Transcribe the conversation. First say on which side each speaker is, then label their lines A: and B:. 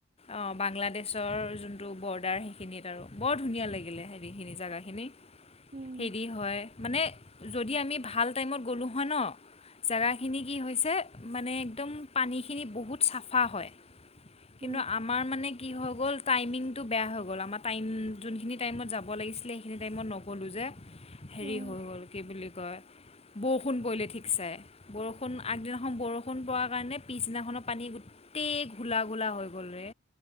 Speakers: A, on the left; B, on the right.
A: অঁ বাংলাদেশৰ যোনটো বৰ্ডাৰ সেইখিন আৰু বৰ ধুনীয়া লাগিলে হেৰিখিনি জেগাখিনি
B: উম
A: হেৰি হয় মানে যদি আমি ভাল টাইমত গ'লোঁ হয় ন জেগাখিনি কি হৈছে মানে একদম পানীখিনি বহুত চাফা হয় কিন্তু
B: উম
A: আমাৰ মানে কি হৈ গ'ল টাইমিং টো বেয়া হৈ গ'ল আমাৰ টাইম যোনখিনি টাইমত যাব লাগিছিলে সেই খিনি টাইমত নগলোঁ যে হেৰি
B: উম
A: হৈ গ'ল কি বুলি কয় বৰষুণ পৰিলে ঠিক চাই বৰষুণ আগদিনা এ বৰষুণ পৰা কাৰণে পিছদিনাখনৰ পানী গোটেই গোলা গোলা হৈ গ'লৰে